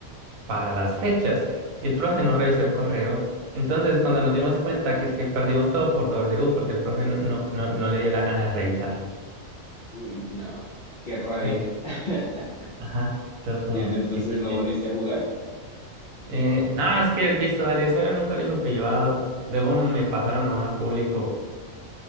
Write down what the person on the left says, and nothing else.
Uy, no, qué rabia.
<laughs>
¿Y desde entonces
no volviste a jugar?